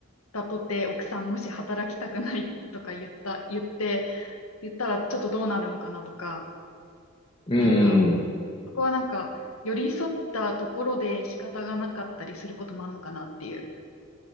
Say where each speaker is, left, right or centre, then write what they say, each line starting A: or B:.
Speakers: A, on the left (about 75°); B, on the left (about 25°).
A: たとて、奥さんもし働きたくないとか言った、言って、言ったらちょっとどうなるのかなとか、
B: うんうん。
A: なんか、そこはなんか、寄り添ったところで仕方がなかったりすることもあるのかなっていう。